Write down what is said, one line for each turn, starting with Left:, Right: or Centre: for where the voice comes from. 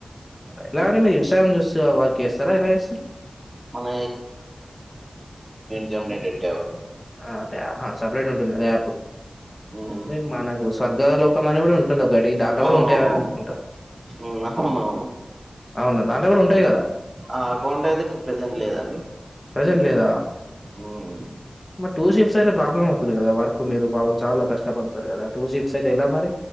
Left: ఎలా అండి మీరు ఇన్స్టాగ్రామ్ జూస్సూ వర్క్ జేస్తరా ఎలా జేస్తరు.
Right: మన జెమ్ నీ డెట్ యావో
Left: ఆ అదే హ సప్రేటుంటుంది అదే యాప్.
Right: ఉమ్
Left: మీమ్ మనకు స్వర్గాలోకమని గూడుంటుందొకటి దాంట్లో గూడుంటయా
Right: అవునవును
Left: అన్ కుంట
Right: ఉమ్ అవునవును
Left: ఔను దాంట్లో గూడుంటాయ్ గద.
Right: ఆ అకౌంట్ అయితే ఇప్పుడు ప్రెజెంట్ లేదండి
Left: ప్రెజెంట్ లేదా
Right: ఉమ్
Left: మర్ టూ షిఫ్ స్ ఐతే ప్రాబ్లమవ్తది కదా వర్క్ మీరు పాపం చాల కష్టపడ్తరు కదా టూ షిఫ్ట్సైతే ఎలా మరి.